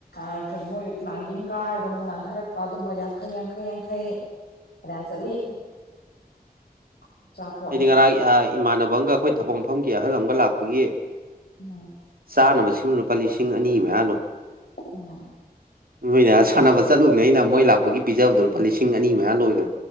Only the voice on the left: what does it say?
ꯑꯗ ꯃꯣꯏ ꯀ꯭ꯂꯥꯏꯝꯕꯤꯡ ꯀꯥꯔꯒ ꯑꯃꯨꯛ ꯅꯥꯟꯊꯔꯛꯄ ꯑꯗꯨꯝꯕ ꯌꯥꯡꯈꯩ ꯌꯥꯡꯈꯩ ꯌꯥꯡꯈꯩ ꯐꯅꯌꯥꯝ ꯆꯠꯂꯤ <inaudible>
ꯎꯝ
ꯎꯝ